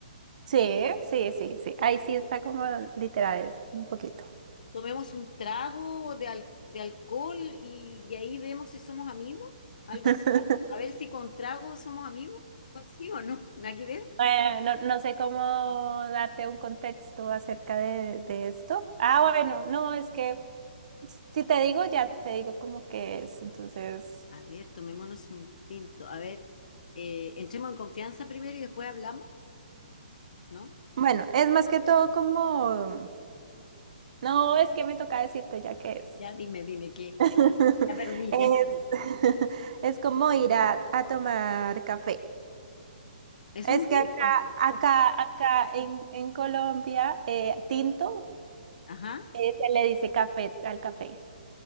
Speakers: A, on the right (about 55°); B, on the left (about 65°).
A: Sí, sí, sí, sí. Ahí sí está como literal, es un poquito.
B: Tomemos un trago de, al- de alcohol y, y ahí vemos si somos amigos, algo
A: <laughs>
B: así. A ver si con trago somos amigos, algo así o no, nada que ver.
A: Eh, no, no sé cómo darte un contexto acerca de, de esto. Ah, bueno, no, es que si te digo, ya te digo como que es. Entonces,
B: A ver, tomémonos un tinto. A ver, eh, entremos en confianza primero y después hablamos, ¿no?
A: bueno, es más que todo como, no, es que me toca decirte ya que
B: Ya dime, dime qué.
A: <laughs>
B: Ya perdí,
A: Es,
B: ya perdí.
A: <laughs> es como ir a, a tomar café.
B: ¿Es
A: Es
B: un tinto?
A: que acá, acá, acá en, en Colombia, eh, tinto,
B: Ajá,
A: eh, se le dice café al café.